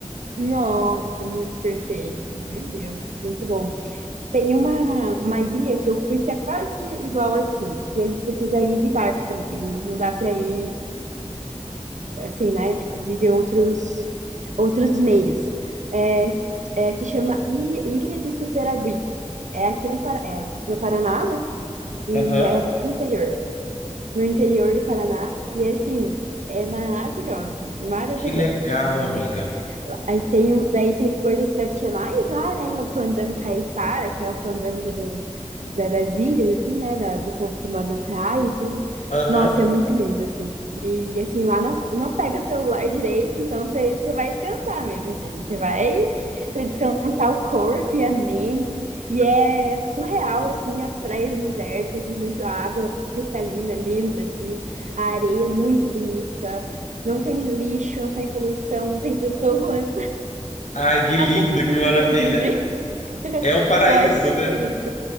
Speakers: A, on the right; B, on the left.
A: Nossa, muito perfeito. Meu Deus, muito bom. Tem uma, uma ilha que eu fui que é quase igual assim, que a gente precisa ir de barco também. Não, não dá para ir assim, né? Tipo, de, de outros, outros meios. É, é, se chama Ilha, Ilha de Superagui. É aqui no, Para- é, no Paraná, né? E
B: Aham.
A: é no interior. No interior do Paraná. E assim, é maravilhosa, maravilhosa.
B: Que legal,
A: Assim,
B: amiga.
A: eu aí tem, um, daí tem coisas tradicionais lá, né? O fandango caiçara, que é o fandango do, da- das ilhas, assim, né? Da- do povo que mora na praia e tudo.
B: Aham.
A: Nossa, é muito lindo, assim. E, assim, lá não, não pega celular direito, então você você vai descansar mesmo, assim. Você vai pra descansar o corpo e a mente. E é surreal, assim, as praias desertas e muito água cristalina, linda, assim. A areia muito bonita. Não tem lixo, não tem poluição, não tem pessoas.
B: Ai, que lindo,
A: Acho que é por isso,
B: que maravilha.
A: inclusive.
B: É
A: <laughs>
B: o paraíso,
A: Eu acho que é
B: né?
A: por isso.